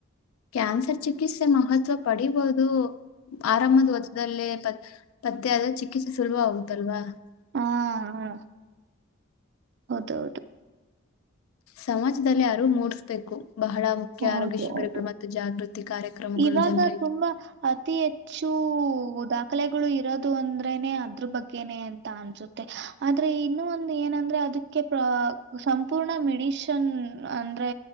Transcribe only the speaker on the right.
ಹಾ
ಹಾ ಹೌದೌದು
ಹೌದು
ಹೌದು
ಇವಾಗ
ತುಂಬಾ ಅತಿ ಹೆಚ್ಚು ದಾಖಲೆಗಳು ಇರೋದು ಅಂದ್ರೇನೆ ಅದ್ರ ಬಗ್ಗೆನೆ ಅಂತ ಅನ್ಸುತ್ತೆ ಆದ್ರೆ ಇನ್ನು ಒಂದು ಏನಂದ್ರೆ ಅದಕ್ಕೆ ಸಂಪೂರ್ಣ ಮೆಡ ಷ ಅಂದ್ರೆ